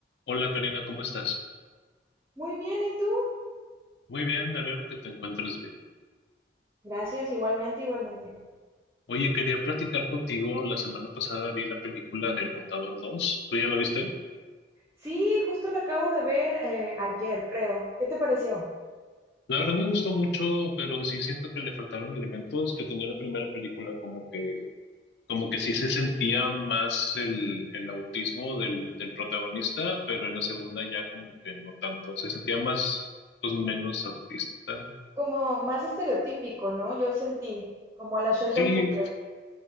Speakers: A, on the left; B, on the right.
A: Hola Karina, ¿cómo estás?
B: Muy bien, ¿y tú?
A: Muy bien, me alegra que te encuentres bien.
B: Gracias, igualmente, igualmente.
A: Oye, quería platicar contigo. La semana pasada vi la película del Contador dos. ¿Tú ya la viste?
B: Sí, justo lo acabo de ver eh, ayer, creo. ¿Qué te pareció?
A: La verdad me gustó mucho, pero sí siento que le faltaron elementos que tenía la primera película, como que, como que sí se sentía más el, el autismo del, del protagonista, pero en la segunda ya como que no tanto. Se sentía más, pues menos autista.
B: Como más estereotípico, ¿no? Yo sentí, como a la Sheldon
A: Sí,
B: Cooper.